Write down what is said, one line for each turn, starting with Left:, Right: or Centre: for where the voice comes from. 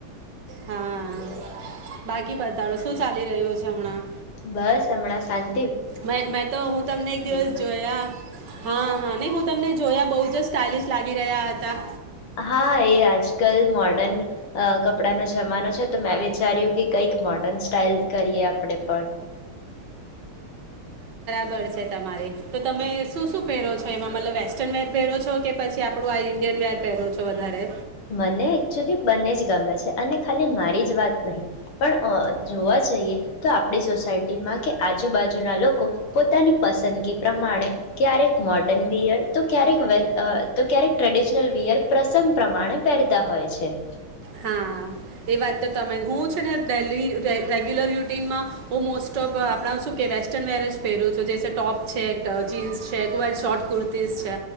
Right: હા બાકી બતાડો શું ચાલી રહ્યું છે હમણાં
Left: બસ હમણાં સાં
Right: મે મેં તો હું તમને એક દિવસ
Left: ગયા
Right: જોયા હા હા નહી હું તમને જોયા બહુ જ સ્ટઇલિશ લાગી રહ્યા હતા
Left: હા એ આજકાલ મોર્ડન કપડાનો જમાનો છે તો મેં વિચાર્યું કે કંઈક મોર્ડર્ન સ્ટાાઈલ કરીએ આપણેે પણ
Right: બબર છે તમારી તો તમે શું શું પહેરો છો એમાં મતલબ વેસ્ટર્ન વેર પહેરો છો કે પછી આપડું આ ઇન્ડિયન વેર પહેરો છો વધારે
Left: મને એકચુલી બંને જ ગમે છે અને ખાલી મારી જ વાત નહીં પણ જોવા જઈએ તો આપણી સોસાયટીમાં કે આજુબાજુના લોકો પોતાની પસંદગી પ્રમાણે ક્યારેક મોર્ડર્ન વિયર તો ક્યારેક તો ક્યારેક ટ્રેડિશનલ વિયર પ્રસંગ પ્રમાણે પહેરતા હોય છે
Right: હા એ વાત તો તમે હું છે નેેલી રેગ્યુલર રુટીનમાં હું મોસ્ટ ઓફ આપણા શું કે વેસ્ટર્ન વેર જ પહેરું છું જેસે ટોપ છે જીન્સ છે કો શોર્ટ કુર્તીઝ છે